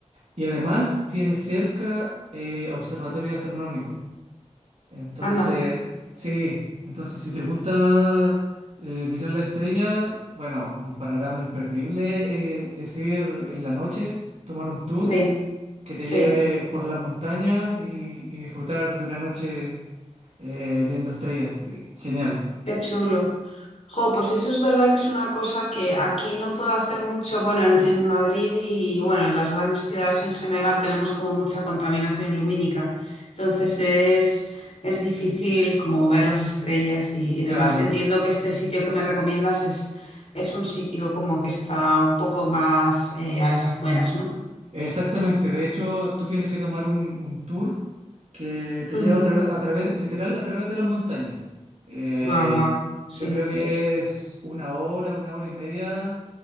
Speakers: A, on the right (about 60°); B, on the left (about 60°).
A: y además tiene cerca eh, observatorio astronómico. Entonces,
B: anda,
A: sí, entonces si te gusta eh, mirar la estrella, bueno, un panorama imperdible eh, es ir en la noche, tomar un tour
B: sí,
A: que te
B: sí.
A: lleve por las montañas y y disfrutar de una noche eh, viendo estrellas. eh, genial,
B: Qué chulo. Jo, pues eso es verdad que es una cosa que aquí no puedo hacer mucho. Bueno, en, en Madrid y bueno, en las grandes ciudades en general tenemos como mucha contaminación lumínica. Entonces es, es difícil como ver las estrellas y, y
A: claro.
B: demás. Entiendo que este sitio que me recomiendas es, es un sitio como que está un poco más eh, a las afueras, ¿no?
A: Exactamente. De hecho, tú tienes que tomar un, un tour que te
B: Ujú.
A: lleva a, trave- a través, literal, a través de las montañas. Eh,
B: Guau, guau.
A: yo
B: Sí,
A: creo que es una hora, una hora y media